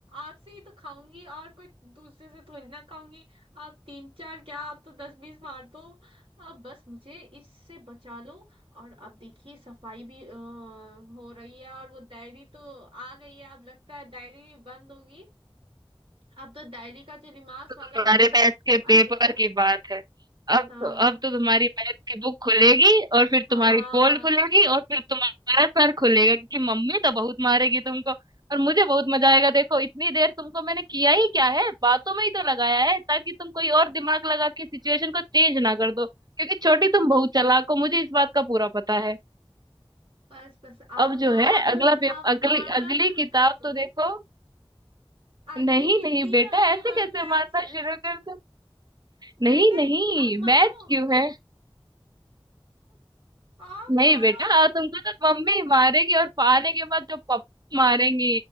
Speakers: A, on the right; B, on the right.
A: आपसे ही तो खाऊंगी और कोई दूसरे से थोड़ी ना खाऊंगी आप तीन चार क्या आप तो दस बीस मार दो अब बस मुझे इससे बचा लो और अब देखिए सफाई भी अ, हो रही है और वो डायरी तो आ गई है अब लगता है डायरी भी बंद होगी अब तो डायरी का जो रिमार्क्स
B: तुम्हारे
A: वाला वो
B: मैथ्स के पेपर
A: आएगा
B: की बात है अब
A: हाँ
B: तो अब तो तुम्हारी मैथ की बुक खुलेगी और फिर
A: हाँ
B: तुम्हारी पोल खुलेगी और फिर तुम्हारा सर खुलेगा क्योंकि मम्मी तो बहुत मारेगी तुमको और मुझे बहुत मजा आएगा देखो इतनी देर तुमको मैंने किया ही क्या है बातों में ही तो लगाया है ताकि तुम कोई और दिमाग लगा के सिचुएशन को चेंज ना कर दो क्योंकि छोटी तुम बहुत चालाक हो मुझे इस बात का पूरा पता है
A: बस बस अब
B: अब जो
A: तो
B: है
A: अब
B: अगला पेप-
A: अब
B: अगली
A: मारना
B: अगली
A: शुरू
B: किताब
A: कर दो
B: तो देखो
A: अगली
B: नहीं
A: हिंदी
B: नहीं बेटा
A: है उसके
B: ऐसे
A: बाद
B: कैसे
A: मैथ्स
B: मारना
A: है
B: शुरू कर
A: नहीं
B: नहीं
A: नहीं
B: नहीं
A: आप मारो
B: मैच क्यों है
A: आप
B: नहीं
A: मारो
B: बेटा तुमको तो मम्मी मारेगी और पाने के बाद जो पप मारेंगी